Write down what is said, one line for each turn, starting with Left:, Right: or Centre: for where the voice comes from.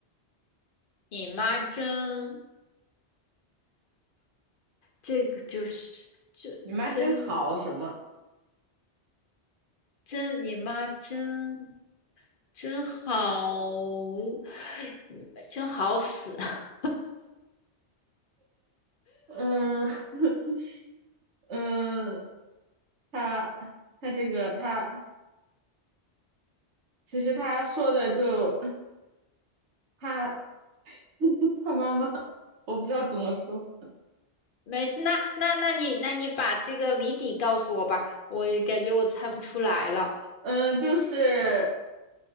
Left: 你妈真，这个就是就真
Right: 你妈真好什么？
Left: 真，你妈真真好，你们真好死。<laughs>
Right: 嗯 <laughs> 嗯，他他这个他其实他说的就他 <laughs> 他妈妈，我不知道怎么说，
Left: 没事，那那那你那你把这个谜底告诉我吧，我感觉我猜不出来了。
Right: 嗯，就是